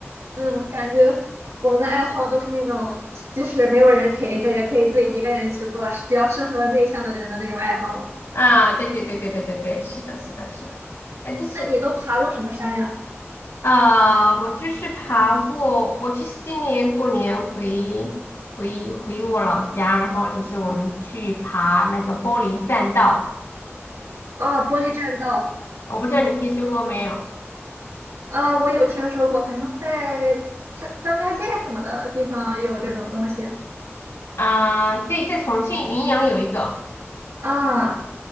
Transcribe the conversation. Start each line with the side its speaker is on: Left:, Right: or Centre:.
Right: 嗯，感觉我们的爱好都是那种，即使没有人陪着，也可以自己一个人去做，是比较适合内向的人的那种爱好。
Left: 啊！对对对对对对对，是的，是的，是的。哎，就是
Right: 那你都爬过什么山呀？
Left: 啊、我就是爬过，我其实今年过年回回回我老家，然后就是我们去爬那个玻璃栈道。
Right: 啊，玻璃栈道。
Left: 我不知道你听说过没有
Right: 啊，我有听说过，好像在是张家界什么的地方有这种东西。
Left: 啊？对，在重庆云阳有一个
Right: 啊，